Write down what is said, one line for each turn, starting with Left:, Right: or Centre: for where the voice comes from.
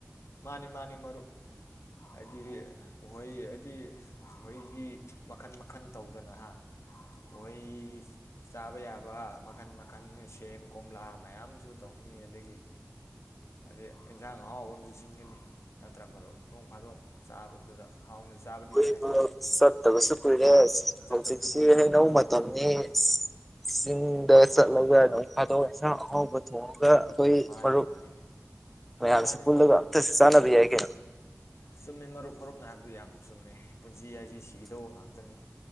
Left: ꯃꯥꯅꯤ ꯃꯥꯅꯤ ꯃꯔꯨ ꯍꯥꯏꯗꯤ ꯎꯍꯩ ꯍꯥꯏꯗꯤ ꯎꯍꯩꯒꯤ ꯃꯈꯜ ꯃꯈꯜ ꯇꯧꯗꯅꯍ ꯎꯍꯩ ꯆꯥꯕ ꯌꯥꯕ ꯃꯈꯜ ꯃꯈꯜ ꯁꯦꯝ ꯀꯣꯝꯂꯥ ꯃꯌꯥꯝꯁꯨ ꯇꯧꯅꯤ ꯑꯗꯒꯤ ꯑꯗꯩ ꯏꯟꯖꯥꯡ ꯑꯍꯥꯎꯕ ꯑꯃꯁꯨ ꯁꯤꯟꯒꯅꯤ ꯅꯠꯇ꯭ꯔ ꯃꯔꯨꯞ ꯅꯣꯡ ꯐꯥꯗꯣꯛ ꯆꯥꯕꯗꯨꯗ ꯍꯥꯎꯅ ꯆꯥꯕꯗꯤ
Centre: ꯍꯣꯏ
Left: ꯌꯥꯏ
Centre: ꯁꯇꯒꯁꯨ ꯀꯏꯔꯦꯁꯤ
Left: ꯆꯠꯇꯕꯁꯨ
Centre: ꯍꯧꯖꯤꯛꯁꯤ
Left: ꯀꯨꯏꯔꯦ ꯅꯣꯡ
Centre: ꯍꯩꯅꯧ
Left: ꯐꯥꯗꯣꯛꯁꯨ
Centre: ꯃꯇꯝꯅꯤ
Left: ꯀꯣꯏꯊꯣꯛꯀꯅꯤ
Centre: ꯆꯤꯡꯗ ꯆꯠꯂꯒ
Left: ꯃꯥꯅꯤ
Centre: ꯑꯃꯨꯛ ꯏꯟꯁꯤꯡ ꯑꯍꯥꯎꯕ <unintelligible> ꯑꯩꯈꯣꯏ
Left: ꯃꯥꯅꯤ
Centre: ꯃꯔꯨꯞ
Left: ꯃꯥꯅꯤ
Centre: ꯃꯌꯥꯝꯁꯤ
Left: ꯃꯥꯅꯤ
Centre: ꯄꯨꯜꯂꯒ
Left: ꯃꯔꯨꯞ
Centre: ꯑꯁꯇꯁꯨ ꯆꯥꯟꯅꯕ ꯌꯥꯏ ꯀꯦ
Left: ꯆꯨꯝꯃꯤ ꯃꯔꯨꯞ ꯃꯔꯨꯞꯅ ꯍꯥꯏꯕꯗꯨ ꯌꯥꯝ ꯆꯨꯝꯃꯦ ꯄꯨꯟꯁꯤ ꯍꯥꯏꯁꯤ ꯁꯤꯒꯗꯧꯕ ꯉꯥꯛꯇꯅꯤ